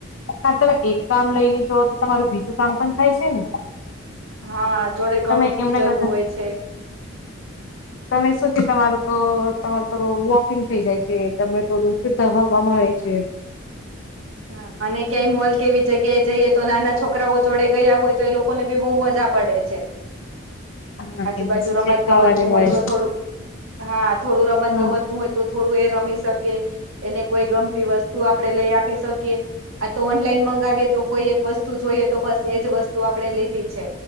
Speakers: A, on the left (about 70°); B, on the right (about 90°).
A: હા તો એક કામ લઈને જાઓ તો તમારું બીજું કામ પણ થાય છે ને?
B: હા જોડે ઘણું
A: તમે
B: થઈ
A: એમના
B: જતું
A: કરતા
B: હોય છે.
A: તમે શું છે તમારું તો તમારું થોડું વોકિંગ થઈ જાય છે તમે થોડું સુધા હવમાં હોય છે.
B: હા અને ક્યાંય મોલ કેવી જગ્યાએ જઈએ તો નાના છોકરાઓ જોડે ગયા હોય તો એ લોકો ને બહુ મજા પડે છે.
A: હા
B: આજુબાજુ
A: એમને શું
B: રમત
A: છે ખાવાને
B: ગમત નું
A: મળે
B: હોય તો
A: છે
B: થોડુંક હા થોડું રમત
A: હા
B: ગમતનું હોય તો થોડું એ રમી શકે એને કોઈ ગમતી વસ્તુ આપડી લઈ આપી શક કે આ તો ઓનલાઈન મંગાવીએ તો કોઈ એક વસ્તુ જોઈએ તો બસ એજ વસ્તુ આપડે લીધી છે.